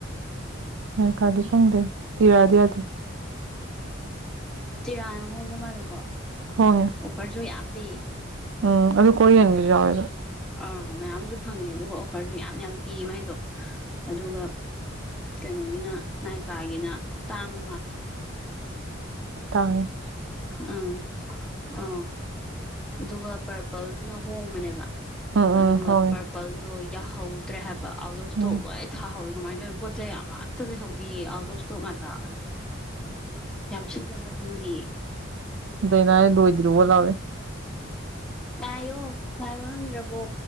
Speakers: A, on the right; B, in the centre.
A: ꯃ ꯀꯥꯗ ꯈꯪꯗꯦ ꯇꯔ ꯌꯥꯗ ꯌꯥꯗꯦ
B: ꯇꯤꯔꯥꯅ ꯍꯣꯡꯕ ꯃꯥꯜꯜꯂꯤꯦꯀꯣ
A: ꯍꯣꯡꯉꯦ
B: ꯑꯣꯐꯔꯁꯨ ꯌꯥꯝ ꯄꯤ
A: ꯎꯝ ꯑꯗꯨ ꯀꯔꯤꯅꯤꯡꯒꯁꯨꯎꯒ
B: ꯑꯥ ꯃꯌꯥꯝꯁꯨ ꯐꯪꯉꯦ ꯑꯗꯨꯒ ꯑꯣꯐꯔꯁꯨ ꯌꯥꯝ ꯌꯥꯝ ꯄꯤꯌꯦ ꯃꯥꯏꯗꯣ ꯑꯗꯨꯒ ꯀꯩꯅꯣꯒꯤꯅ ꯅꯥꯏꯀꯥꯒꯤꯅ ꯇꯥꯡ ꯑꯃꯜ
A: ꯇꯥꯡꯉꯤ
B: ꯎꯝ ꯑ ꯑꯗꯨꯒ ꯄꯔꯄꯜꯗꯨꯅ ꯍꯣꯡꯕꯅꯦꯕ
A: ꯎꯝ
B: ꯑꯗꯨꯒ
A: ꯎꯝ ꯍꯣꯡꯉꯦ
B: ꯄꯔꯄꯜꯗꯣ ꯠꯇ꯭ꯔꯦ ꯍꯥꯏꯕ ꯑꯥꯎꯠ ꯑꯣꯐ ꯏꯁꯇꯣꯛ
A: ꯎꯝ
B: ꯂꯣꯏ ꯊꯥꯍꯧꯋꯦ ꯀꯃꯥꯏꯅ ꯇꯧꯋꯤ ꯄꯣꯠ ꯆꯩ ꯌꯥꯝ ꯑꯃꯠꯇ ꯂꯩꯍꯧꯗꯌꯦ ꯑꯥꯎꯠ ꯑꯣꯐ ꯏꯁꯇꯣꯛ ꯉꯥꯛꯇ ꯌꯥꯝ ꯁꯤꯠꯂꯕ꯭ꯔꯥ ꯈꯪꯗꯦ
A: ꯗꯗꯥꯅꯥ ꯂꯣꯏꯗ꯭ꯔꯤꯕꯨꯕ ꯂꯥꯎꯋꯦ
B: ꯉꯥꯏꯌꯣ ꯉꯥꯏꯕ ꯉꯝꯗ꯭ꯔꯕꯣ